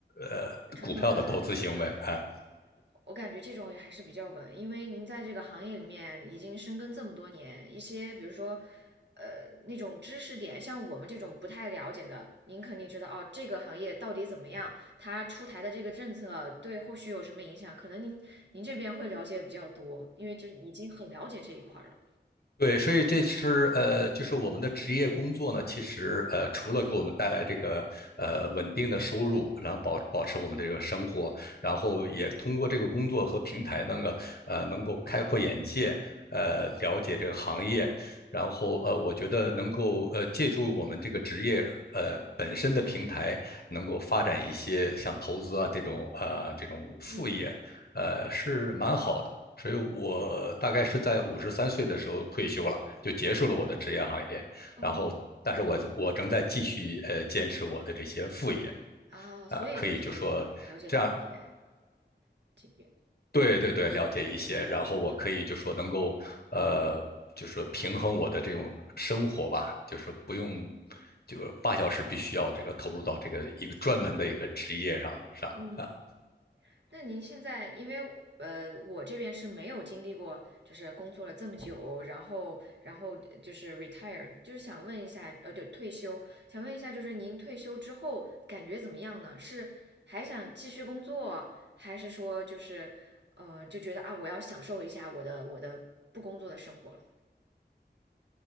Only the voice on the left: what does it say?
呃股票的投资行为啊。
对，所以这是呃，就是我们的职业工作呢，其实呃，除了给我们带来这个呃稳定的收入，然后保保持我们这个生活，然后也通过这个工作和平台那个呃能够开阔眼界，呃了解这个行业，然后呃，我觉得能够呃借助我们这个职业呃本身的平台，能够发展一些像投资啊这种呃这种副业，
呃是蛮好的。所以我大概是在五十三岁的时候退休了，就结束了我的职业行业。
然后，但是我我仍在继续呃坚持我的这些副业，
啊，
可以就说这样，
对对对，了解一些。然后我可以就说能够呃，就是平衡我的这种生活吧，就是不用就是八小时必须要这个投入到这个一个专门的一个职业上上啊。